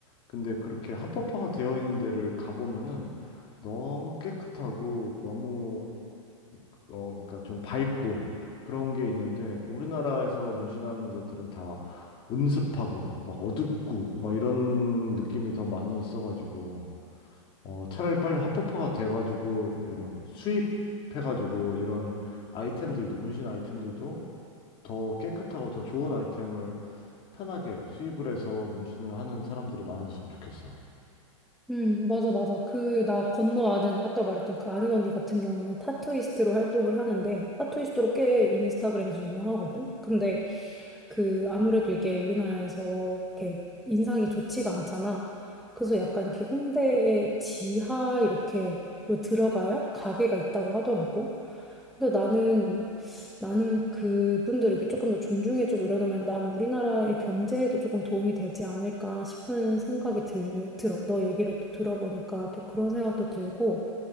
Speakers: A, on the left; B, in the centre.
A: 근데 그렇게 합법화가 되어 있는 데를 가보면은 너무 깨끗하고 너무 어, 그러니까 좀 밝고 그런 게 있는데 우리나라에서 문신하는 데들은 다 음습하고 막 어둡고 막 이런 느낌이 더 많이 있어가지고 어, 차라리 빨리 합법화가 돼가지고 이런 수입해가지고 이런 아이템들도 문신 아이템들도 더 깨끗하고 더 좋은 아이템을 편하게 수입을 해서 문신을 하는 사람들이 많아졌으면 좋겠어.
B: 음, 맞아, 맞아. 그, 나 건너 아는, 아까 말했던 그 아는 언니 같은 경우에는 타투이스트로 활동을 하는데, 타투이스트로 꽤 인스타그램에서 유명하거든? 근데 그, 아무래도 이게 우리나라에서 이렇게 인상이 좋지가 않잖아. 그래서 약간 이렇게 홍대의 지하 이렇게로 들어가야 가게가 있다고 하더라고. 근데 나는 이- 나는 그분들 이렇게 조금 더 존중해주고 이러면 난 우리나라의 경제에도 조금 도움이 되지 않을까 싶은 생각이 들, 들어. 너 얘기를 또 들어보니까 또 그런 생각도 들고